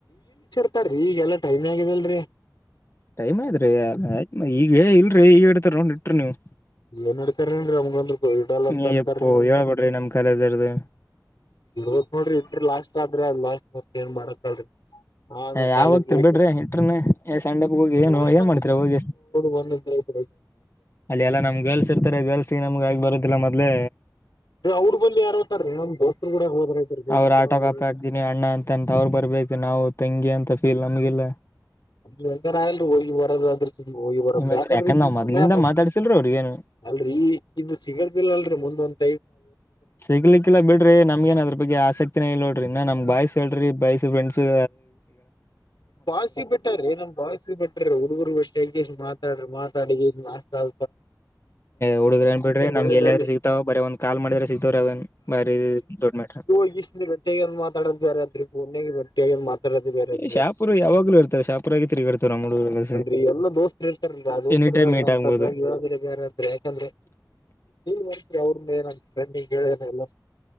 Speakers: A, on the left; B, on the left.
A: ಇತ್ತೀ ಈಗಗೆಲ್ಲಾ ಟೈಮಿ ಆಗಿದೆಲ್ರರಿ
B: ಟೈಮ್ಯ್ತ್್ರರಿಯತ್ ಈಗ ಇಲ್ರಿೀ ಈಗ ಹೇಡ್ತರ್ ನೊಂಡ್ ಇಟ್ರಿ ನೀವವು
A: ಏನ್ ಇಡ್ತಾರೇನ್ರಿ ನಮ್ಗಂದ್ರ ಇಡಲ್ಲ ಅಂತ
B: ನೀ
A: ಅಂತಾರೀ
B: ಎಪ್ಪೋ
A: ನಮ್
B: ಹೇಳಳ್ಪಡ್ರಿ ನಮ್ಮ್ ಕಲಜರುದು
A: ಇತ್ ನೋಡ್ರಿ ಇಟ್ರಿ ಲಾಸ್ಟ್ ಆದ್ರ ಅ ಲಾಸ್ಟ್ ಮತ್ತತ್ ಏನ್ ಮಾಡಕಲ್ಿ ಹಾ
B: ಯಾವ
A: ಕಾಲೇಜ
B: ಹೋಗ್ತಿರ್ ಬಿಡ್ರಿ ಇಂಟರ್ನ್ ಸ್ಯಾಂಡಪ್ ಹೋಗಿ
A: ಸುಮ
B: ಏನು
A: ಹೋಗ
B: ಏನ್ ಮಾಡ್ತಿರ ಹೋಗಿ
A: ಬಂದ್ರೆ ಇತ ಅ
B: ಅಲ್ಲಿ ಎಲ್ಲಾ ನಮ್ ಗರ್ಲ್ಸ್ ಇರ್ತಾರೆ ಗರ್ಲ್ಸ್ ಈ ನಮ್ಗ ಆಗಿ ಬರತ್ತದಿಲ್ಲ ಮೊದ್ಲೆ
A: ಅವ್ರ ಬ ಯಾರತಾರೀ ನಮ ದೋಸ್ತ್ರು ಕೂಡ ಹೋದ ಐತೆರಿ ದೋಸ್ತತ್
B: ಅವ್ರ
A: ಕೂಡ
B: ಆಟೋ
A: ಹೋದಐರಿ
B: ಕಾಪಿ ಹಾಕ್ತೀನಿ ಅಣ್ಣ ಅಂತ ಅಂತ ಅವ್ರು ಬರ್ಬೇಕು ನಾವು ತಂಗಿ ಅಂತ ಫೀಲ್ ನಮ್ಗೆಲ್ಲ
A: ಮಂಗನ ಅಲ್ರಿ ಹೋಗಿ ಬರೋದ ಆದ್ರ ಹೋಗಿ ಬರ
B: ನಿಮ್ಮತ್ರ
A: ಯಾಕಂದ್ರೆ
B: ಯಾಕಂದ್ರ ನಾವ್
A: ಈ
B: ಮೊದ್ಲಿಂದ
A: ಸಮಯ ಮತ್ತ
B: ಮಾತಾಡ್ಸಿಲ್ರಿ ಅವ್ರಿಗೇನು
A: ಅಲ್ರರಿ ಇದು ಸಿಗಲ್ದಿಲ್ಲ ಅಲ್ರರಿ ಮುಂದೊಂದು
B: ಸಿಗ್ಲಿಕ್ಕಿಲ್ಲ ಬಿಡ್ರಿ ನಮ್ಗೇನ್ ಅದ್ರ ಬಗ್ಗೆ ಆಸಕ್ತಿನೇ ಇಲ್ಲ ನೋಡ್ರ ಇ ನಮ್ ಬಾಯ್ಸ್ ಹೇಳ್ರಿ ಬಾಯ್ಸ ಫ್ರೆಂಡ್ಸ್ ಅ
A: ಬಾವಿಸಿಿ ಬಿಟ್ಟ್ರ ಏನಮ್ ಬಾವ್ಿಸಿ ಬಿಟ್ಟ್ರ ಹುಡುಗರು ಬಿಟ್ಟ್ ಮಾತಾ್ರ ಮಾತಾಡಿಾಸ್ತ
B: ಹುಡುಗ್ರರು ಅನ್ ಬಿಡ್ರಿ ನಮ್ಗೆ
A: ಒಳ್ಳೇದಲ್ಲಿ
B: ಎಲ್ಲಾದ್ರೆ ಸಿಗ್ತಾವ ಬರೀ ಒಂದ್ ಕಾಲ್ ಮಾಡಿದ್ರ ಸಿಗ್ತವ್ರ ಅವನ್ ಬರೀ ದೊಡ್ ಮಿಟ್ರ
A: ಇೀ ಭೇಿಿಯಾಗಿ ಒ್ ಮಾತಡದ ಬೇಾದ್ರೆ ಪುಣೆಗೆಗೆ ಭಟ್ಟಿಯಾಗಿ ಅ ಮಾತಾಡೋದು ಬೇರೆಾದ್ರೆ
B: ಶಾಪುರ್ ಯಾವಾಗ್ಲೂ ಇರ್ತಾರೆ ಶಾಪುರಾಗೆ ತಿರುಗಾಡ್ತಾವ ನಮ್ ಹುಡುಗ್ರು
A: ಅಲ್ರಿ ಎಲ್ಲ ದೋಸ್ತರು ಇರ್ತಾರಲ್ರಿ ಆ ದೋಸ್ತರ್ಂಗ
B: ಎನಿ ಟೈಮ್ ಮೀಟ್
A: ಅಂತಾರ
B: ಆಗ್ಬೋದು
A: ಇವ ಬೇರೆತ್ರ್ರ ಯಾಕಂದ್ರೆ
B: <inaudible>
A: ನೀ ಬರ್ರಿ ಅವ್ರ ಮ ನಫ್ರಂಡ್ ಹೇಳಿದ ಎಲ್ಲ